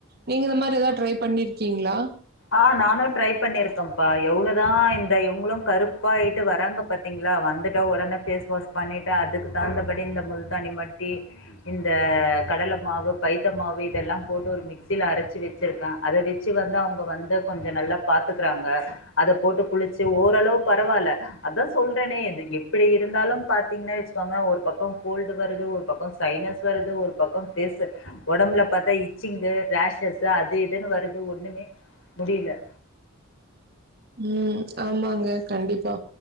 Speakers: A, on the right (about 45°); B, on the left (about 65°).
A: நீங்க அந்த மாரி எதாது ட்ரை பண்ணியிருக்கீங்களா
B: ஆ நானு ட்ரை பண்ணியிருக்கேப்பா எவ்ளோ தா இந்த இவுங்களு கருப்பாய்ட்டு வராங்க பாத்தீங்களா வந்துட்டோ ஒடனே ஃபேஸ் வாஷ் பண்ணிட்டு அதுக்கு தகுந்தபடி இந்த முல்தானி மட்டி இந்த கடல மாவு பைத்த மாவு இதெல்லா போட்டு ஒரு மி க்ஸில அரச்சு வச்சிருக்கே அத வெச்சு வந்து அவுங்க வந்து கொஞ்சோ நல்லா பாத்துக்குறாங்க அத போட்டு குளுச்சு ஓரளவு பரவால்ல அதா சொல்றேனே இது எப்டி இருந்தாலு பாத்தீங்கன்னா வச்சுக்கோங்க ஒரு பக்கோ கோல்டு வருது ஒரு பக்கோ சைனஸ் வருது ஒரு பக்கோ ஃபேஸு ஒடம்புல பாத்தா இச்சிங்கு ரேஷஸ் அது இதுன் வருது ஒண்ணுமே முடில
A: ம் ஆமாங்க கண்டிப்பா